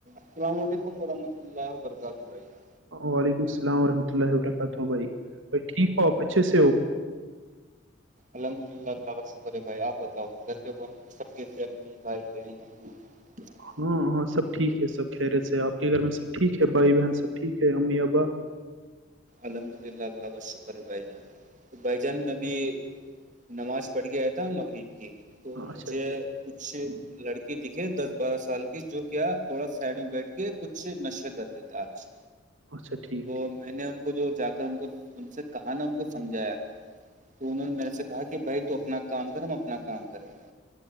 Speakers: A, on the right; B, on the right.
A: السلام علیکم ورحمۃ اللہ وبرکاتہ بھیا
B: وعلیکم السلام وبرکاتہ بھائی میں ٹھیک ہوں
A: الحمد للہ اللہ کا شکر ہے بھائی آپ بتاؤ گھر پ کون سب کے تھے امی بھائی بہن او <unintelligible>
B: ہاں ہاں سب ٹھیک ہے سب خیرے سے ہے آپ کے گھر میں سب ٹھیک ہے بھائی بہن سب ٹھیک ہے امی ابا
A: الحمد للہ اللہ کا شکر بھائی جان تو بھائی جان میں بھی نماز پڑھ گیا تھا مغرب کی
B: ہاں،
A: تو مجھے
B: اچھا ٹھیک
A: کچھ لڑکی دکھے دس بارہ سال کی جو کیا تھوڑا سائڈ میں بیٹھ کے کچھ نشے کر رہے تھا آج
B: اچھا ٹھیک
A: تو
B: ٹھیک
A: میں نے ان کو کو جو جا کر ان کو ان سے کہا نا ان کو سمجھایا تو انہوں نے م میں نے سے کہا کہ بھائی تو اپنا کام کر ہم اپنا کام کریں گے <unintelligible>